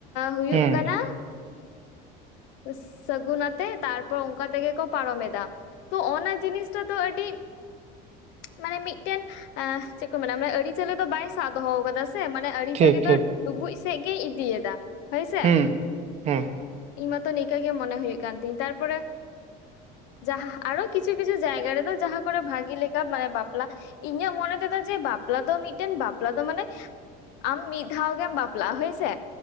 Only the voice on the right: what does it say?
ᱦᱩᱸ
ᱴᱷᱤᱠ ᱴᱷᱤᱠ
ᱦᱩᱸ ᱦᱮᱸ